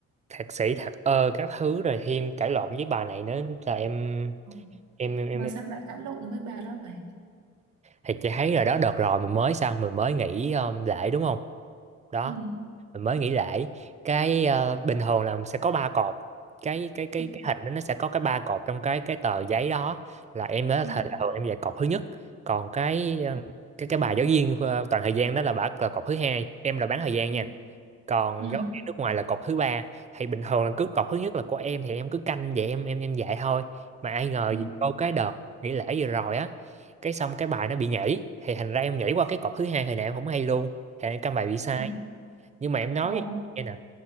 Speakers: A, on the right (about 25°); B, on the right (about 75°).
A: thạc sĩ thạc ơ các thứ rồi thêm cãi lộn với bà này nữa là em
B: Ừ.
A: em em
B: Mà
A: em
B: sao lại cãi lộn với bà đó vậy?
A: thì chị thấy rồi đó đợt rồi mình mới sao mình mới nghỉ um, lễ đúng không đó
B: Ừ.
A: mình mới nghỉ lễ cái ờ, bình thường là sẽ có ba cột cái cái cái
B: Ừ.
A: cái hình đó nó sẽ có cái ba cột trong cái cái tờ giấy đó là em đó là
B: Ừ.
A: thường em dạy cột thứ nhất còn cái ờ, cái cái bài giáo viên ờ, toàn thời gian đó là bả là cột thứ hai em là bán thời gian
B: Ừ.
A: nha còn
B: Ừ.
A: giáo viên nước ngoài là cột thứ ba thì bình thường là cứ cột thứ nhất là của em thì em cứ canh vậy em em em dạy thôi mà ai ngờ
B: Ừ.
A: vô cái đợt nghỉ lễ vừa rồi á cái xong cái bài nó bị nhảy thì thành ra em nhảy qua cái cột thứ hai hồi nãy em không hay luôn thì em căn bài bị
B: Ừ.
A: sai nhưng mà em nói
B: Ồ.
A: với chị nghe nè